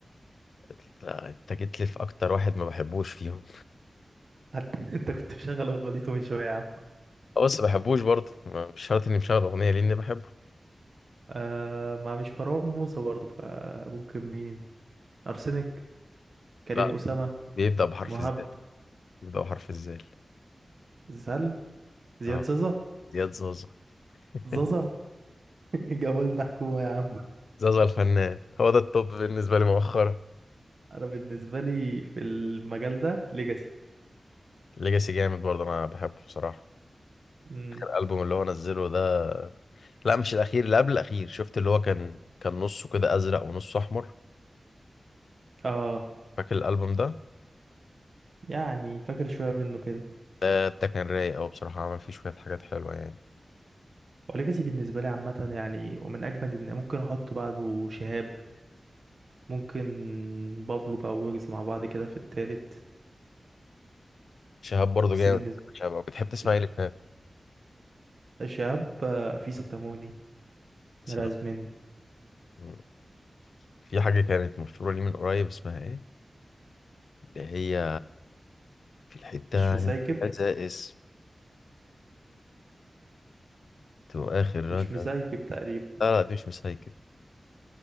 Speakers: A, on the left; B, on the right.
A: انت أنت جيت لي في اكتر واحد ما بحبوش فيهم
B: حتى <laughs> انت كنت مشغل اغنيته من شويه يا عم
A: آه، بس بحبوش برضه ما- مش شرط اني مشغل اغنيه لاني بحبه
B: آه... ما مش مروان موسى برضه فممكن مين ارسنك كريم
A: لا
B: اسامه
A: بيبدأ بحرف
B: مهاب
A: الزال بيبدأ بحرف الزال
B: زل زياد
A: اه
B: زازا
A: زياد زازا <laughs>
B: زازا <laughs> جولنا حكومه يا عم
A: زازا الفنان هو ده التوب بالنسبة لي مؤخرا
B: انا بالنسبه لي في المجال ده ليجاسي
A: ليجاسي جامد برضه انا بحبه بصراحة
B: امم
A: الالبوم اللي هو نزله ده لا مش الاخير اللي قبل الاخير شفت اللي هو كان كان نصه كده ازرق ونصه احمر
B: اه
A: فاكر الالبوم ده
B: يعني فاكر شويه منه كده
A: ده ده كان رايق قوي بصراحة عمل فيه شوية حاجات حلوة يعني
B: وليجاسي بالنسبة لي عامة يعني ومن أجمد إن ممكن أحط بعده شهاب ممكن بابلو بقى ويجز مع بعض كده في التالت
A: شهاب برضه
B: بس
A: جامد
B: بالنسبة
A: شهاب أوي. بتحب تسمع
B: ش-
A: ايه لشهاب
B: شهاب آه، في ستاموني مرازمن
A: سلام. مم. في حاجة كانت مشهورة لي من قريب اسمها ايه اللي هي في الحتة
B: مش مسايكب
A: عندي خسائس تو اخر رد
B: مش مسايكب تقريبا
A: لا لا دي مش مسايكل